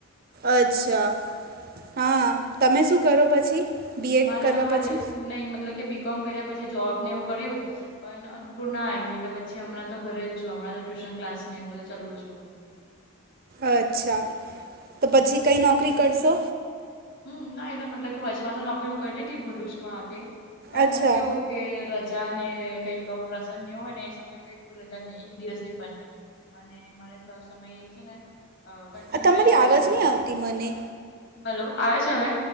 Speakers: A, on the right; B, on the left.
A: અચ્છા હા તમે શું કરો પછી. બીએડ
B: મારે
A: કરવા
B: હાલ
A: પછી
B: નહી મતલબ. કે બી કોમ કર્યા પછી જોબ ને એવું કર્યું પણ અનુકૂળ ના આવ્યું એટલે પછી. હમણા તો ઘરે જું હણાં તો ટ્યુશન ક્સ એું બધું ચાલવું છું.
A: અચ્છા તો પછી કંઈ નોકરી કરશો.
B: હમ ના એટલે મતલબ વર્ચમાં તો નોકરી કરતી હતી ભરૂચમાં તે પણ
A: અચ્છા
B: કેવું. કે રજા ને કઈક પ્રસંગ હોય ને એ સમય. ઈલ હજાર નહી એક દિવસ ની પણ નહી અને મારે સમય એ છે ને. કન્ટિન્યુ
A: આ તમારી
B: રવિવારે
A: આવાજ
B: પણ
A: નહીં
B: ચાલ
A: આવતી મને
B: હલો આવે છે હવે.